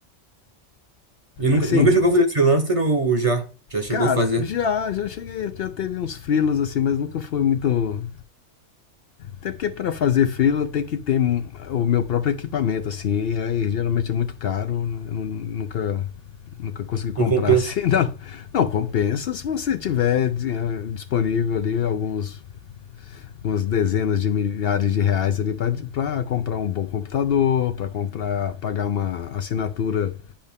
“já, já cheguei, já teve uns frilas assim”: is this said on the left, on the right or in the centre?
Left